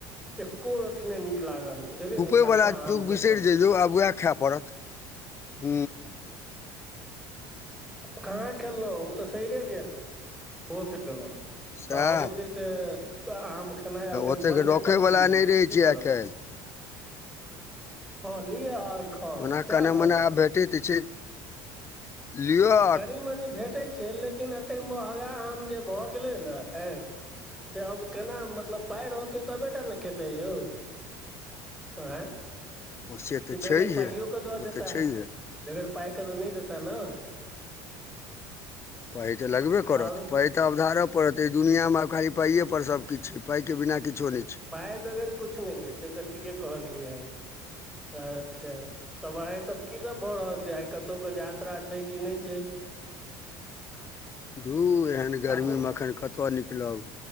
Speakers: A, in the centre; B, on the left.
A: एकको रति नहि नीक लागल बुझलियै ने।
B: वला
A: सभटा आम
B: युग
A: फेकल
B: बिसरि जइयौ आब उएह खाय पड़त ह।
A: खा खेललहुं ओ तऽ सरे गेलत
B: सएह
A: तब जे। से आम खेनाइ अखन
B: ओतेक
A: बन्दे
B: रखयवला
A: कऽ देलियै
B: नहि
A: की
B: रहै छै
A: करब।
B: आइ काल्हि
A: हॅं लिअ आओर खाउ
B: ओना
A: सएह
B: कने
A: ने!
B: मने भेटैत छै। लिऔ-
A: कनी-मनी भेटैत छै लेकिन एतेक महँगा आम जे भऽ गेलै ने एखन। से आब केना, मतलब पाइ रहतै तबे टा ने खेतै यौ? ऐं!
B: से
A: की
B: तऽ
A: बगैर
B: छैहे
A: पाइयो केॅं दऽ
B: ओ
A: देता?
B: तऽ छैहे
A: बगैर पाइकेॅं तॅं नहि देता ने!
B: पाइ तॅं लगबे करत
A: आओर
B: पाइ तॅं अवधारऽ पड़त एहि दुनियामे आब खाली पाइए पर सभ किछु छै पाइकेॅं बिना किछो नहि छै!
A: पाइ बगैर किछु नहि छै, से तॅं ठीके कहलियैए, अच्छा तॅं भाइ की सभ भऽ रहल छै आइ कतहुकेॅं यात्रा छै की नहि छै? <inaudible>
B: धू एहन गर्मीमे
A: अपन
B: अखन कतय निकल- -लब